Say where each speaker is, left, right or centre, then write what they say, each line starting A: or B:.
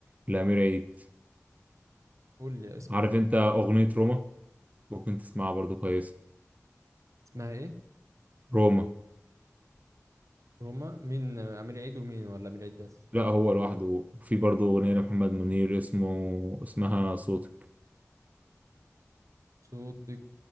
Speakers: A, on the right; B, on the right.
A: لأمير عيد
B: قول لي اسم
A: عارف
B: أغنية
A: انت أغنية روما ممكن تسمعها برضو كويس
B: اسمها إيه
A: روما
B: روما مين أمير عيد ومين ولا أمير عيد بس
A: لا هو لوحده وفي برضو أغنية لمحمد منير اسمه اسمها صوتك
B: صوتك